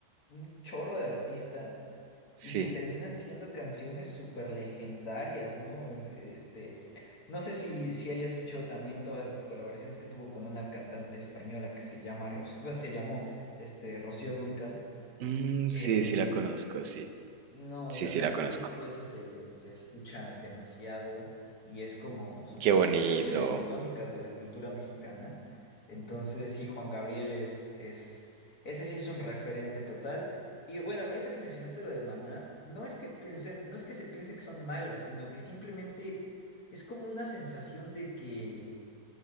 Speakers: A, on the left (about 60°); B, on the right (about 85°).
A: un chorro de artistas y
B: Sí,
A: que terminan siendo canciones súper legendarias, ¿no? Este, no sé si, si hayas escuchado también todas las colaboraciones que tuvo con una cantante española que se llama Roci- bueno, se llamó este, Rocío Dúrcal.
B: Mm, sí,
A: Eh,
B: sí la conozco, sí,
A: no,
B: sí,
A: o
B: sí
A: sea,
B: la
A: aquí
B: conozco.
A: en México eso se, se escucha demasiado y es como, son-
B: Qué
A: sí,
B: bonito.
A: son canciones icónicas de la cultura mexicana. Entonces, sí, Juan Gabriel es, es, ese sí es un referente total. Y bueno, ahorita que mencionaste lo de Maná, no es que piense, no es que se piense que son malos, sino que simplemente es como una sensación de que,